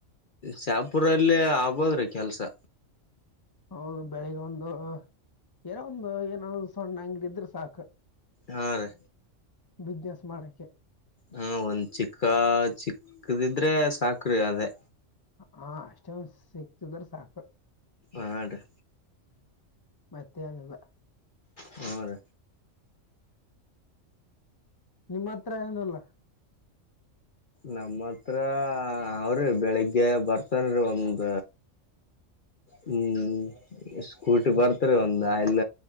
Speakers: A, on the left; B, on the left.
A: ಶಾಪುರಲ್ಲ ಆಗ್ಬೋದ್ರಿ ಕೆಲ್ಸ.
B: ಹೌದು ಬೆಳಿಗ್ ಒಂದು ಏನೋ ಒಂದು ಏನಾದ ಸಣ್ಣ ಅಂಗಡ ಇದ್ರೆ ಸಾಕು.
A: ಹಾ ರೀ.
B: ಬಿಸ್ನೆಸ್ ಮಾಡಕ್ಕೆೆ.
A: ಹ ಒಂದ್ ಚಿಕ್ಕ ಚಿಕ್ಕದಿದ್ರೆ ಸಾಕ್ರಿ ಅದೇ.
B: ಹ ಅಷ್ಟಂದ ಸಿಕ್ತಿದ್ರ ಸಾಕು.
A: ಆ ರಿ.
B: ಮತ್ತೆ ಏನಿಲ್ಲ.
A: ಹ್ಮ ರಿ.
B: ನಿಮ್ಮ ಹತ್ರ ಏನಲ್ಲ.
A: ನಮ್ಮ ಹತ್ರ ಅವ್ರಿ ಬೆಳಿಗ್ಗೆ ಬರ್ತನ್ರಿ ಒಂದ.
B: ಹ <inaudible>
A: ಹ್ಞೂ ಸ್ಕೂಟಿ ಬರ್ತ ರೀ ಒಂದು ಆಯಿಲ್